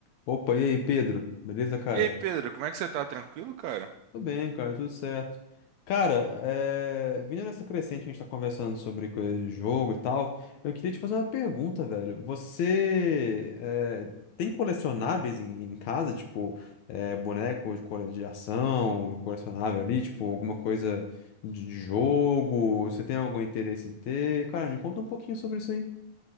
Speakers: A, on the left; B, on the right.
A: Opa, e aí, Pedro? Beleza, cara?
B: E aí, Pedro, como é que você tá? Tranquilo, cara?
A: Tudo bem, cara, tudo certo. Cara, é... vindo nessa crescente, a gente tá conversando sobre coisas de jogo e tal. Eu queria te fazer uma pergunta, velho. Você é, tem colecionáveis em, em casa, tipo, é, boneco de cole- de ação, colecionável ali, tipo, alguma coisa de de jogo? Você tem algum interesse em ter? Cara, me conta um pouquinho sobre isso aí.